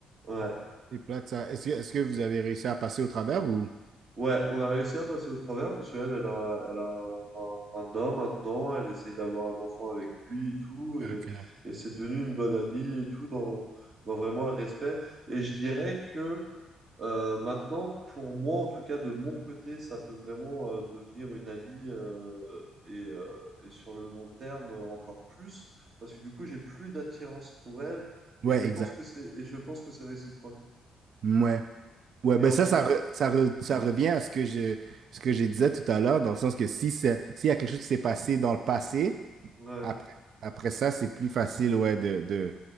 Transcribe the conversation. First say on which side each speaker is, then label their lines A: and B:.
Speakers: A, on the right (about 50°); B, on the right (about 65°).
A: Ouais.
B: C'est plate ça. Est-ce que est-ce que vous avez réussi à passer au travers ou?
A: Ouais, on a réussi à passer au travers parce qu'elle, elle a, elle a un, un- un homme maintenant, elle essaye d'avoir un enfant avec lui et tout, et,
B: Ok.
A: et c'est devenu une bonne amie et tout, dans, dans vraiment le respect. Et je dirais que euh, maintenant, pour moi, en tout cas, de mon côté, ça peut vraiment euh, devenir une amie euh, et, euh, et sur le long terme euh, encore plus, parce que du coup, j'ai plus d'attirance pour elle,
B: Ouais,
A: et je pense
B: exact.
A: que c'est, et je pense que c'est réciproque.
B: Ouais. Ouais,
A: Et
B: ben
A: en,
B: ça, ça, re- ça, re- ça revient à ce que je, ce que je disais tout à l'heure, dans le sens que si c'est- s'il y a quelque chose qui s'est passé dans le passé,
A: ouais.
B: après, après ça, c'est plus facile ouais, de, de,